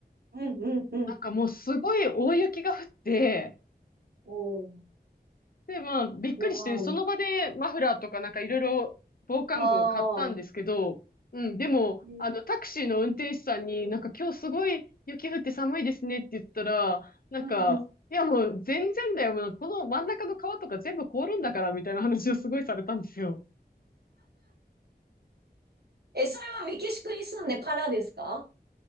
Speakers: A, on the right; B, on the left.
A: うん、うん、うん。
B: なんかもうすごい大雪が降って、
A: おー、
B: で、まあ、びっくりして、
A: わー
B: その場でマフラーとかなんかいろいろ防寒具を買ったんですけど、
A: お。ああ、
B: うん、でも、
A: へ
B: あの、タクシーの運転手さんになんか今日すごい雪降って寒いですねって言ったら、
A: ー
B: なんか、
A: うん。
B: いやもう全然だよ、もうこの真ん中の川とか全部凍るんだからみたいな話をすごいされたんですよ。
A: え、それはメキシコに住んでからですか